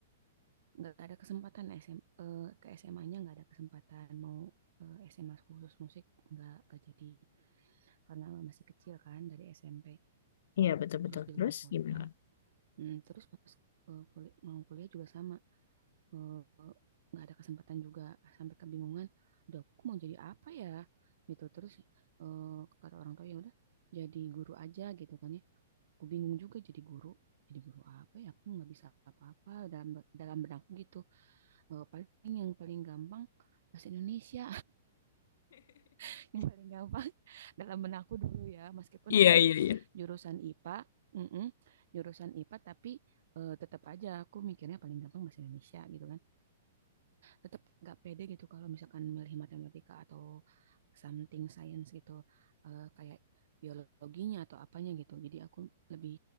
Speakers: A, on the right; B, on the left.
A: Nggak ada kesempatan SM, eh, ke SMA-nya nggak ada kesempatan mau eh, SMA khusus musik nggak nggak jadi karena masih kecil kan dari SMP
B: Iya betul-betul
A: terus di
B: terus
A: luar kota.
B: gimana Kak
A: Hmm, terus pas eh, kul- mau kuliah juga sama eh, nggak ada kesempatan juga sampai kebingungan udah aku mau jadi apa ya gitu terus eh, kata orang tua ya udah jadi guru aja gitu kan ya aku bingung juga jadi guru jadi guru apa ya aku nggak bisa apa-apa dalam dalam benakku gitu Eh, paling yang paling gampang bahasa Indonesia <laughs> yang paling gampang dalam benakku dulu ya meskipun
B: <laughs> Iya,
A: aku
B: iya, iya.
A: jurusan IPA mm-mm, jurusan IPA tapi eh, tetap aja aku mikirnya paling gampang bahasa Indonesia gitu kan tetap nggak pede gitu kalau misalkan milih matematika atau something science gitu eh, kayak biologinya atau apanya gitu jadi aku lebih